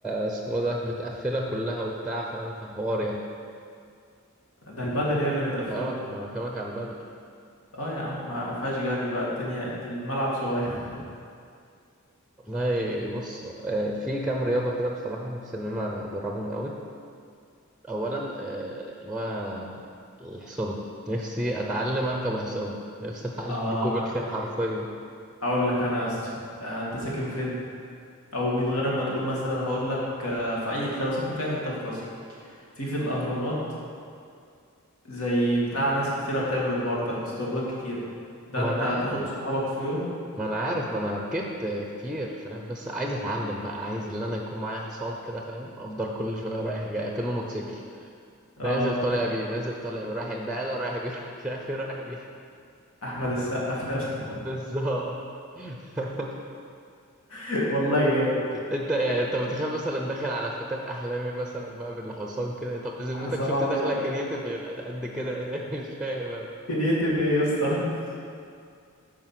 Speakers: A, in the centre; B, on the left (about 85°).
A: اسمه ده متقفلة كلها وبتاع فاهم في حوار يعني
B: ده البادل هي اللي متقفلة
A: اه ما أنا بكلمك على البدل
B: اه يا عم ما فيهاش جري بقى الدنيا الملعب صغير
A: والله بص آه، في كام رياضة كده بصراحة نفسي إن أنا أجربهم أوي أولا آه، اللي هو الحصانة نفسي أتعلم أركب حصانة نفسي
B: <laughs>
A: أتعلم
B: اه
A: <laughs> ركوب الخيل حرفيا
B: اقول لك انا يا اسطى آه، انت ساكن فين او من غير ما تقول مثلا هقول لك آه، في اي انت لو ساكن في اي حته في مصر في في الاهرامات زي بتاع ناس كتيره بتعمل الحوار ده اسطبلات كتير ده
A: ما
B: انت
A: أنا عارف
B: تاخد صحابك في يوم
A: ما أنا عارف ما أنا ركبت آه، كتير فاهم بس عايز أتعلم بقى عايز اللي أنا يكون معايا حصان كده فاهم أفضل كل شوية رايح جاي أكنه موتوسيكل
B: اه
A: نازل طالع بيه نازل طالع بيه رايح البقالة رايح بيه رايح مش عارف ايه رايح بيه
B: <laughs> احمد السقا في نفسه
A: بالظبط <laughs>
B: <laughs> والله جامد
A: انت يعني انت متخيل مثلا داخل على فتاة احلامي مثلا بقى بالحصان كده طب بذمتك
B: حسن
A: شفت
B: ابيض
A: داخله كرييتيف غير قد كده يعني <laughs> مش فاهم انا
B: كرييتيف ايه يا اسطى